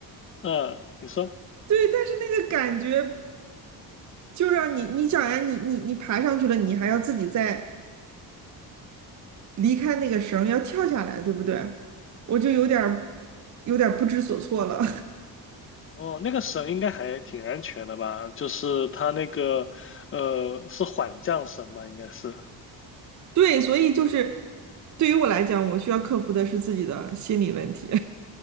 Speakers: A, on the left (about 30°); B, on the right (about 40°).
A: 呃，你说。
B: 对，但是那个感觉就让你，你想呀，你你你爬上去了，你还要自己再离开那个绳儿要跳下来，对不对？我就有点儿有点儿不知所措了。
A: 哦，那个绳应该还挺安全的吧？就是它那个，呃，是缓降绳吧？应该是。
B: <laughs> 对，所以就是对于我来讲，我需要克服的是自己的心理问题。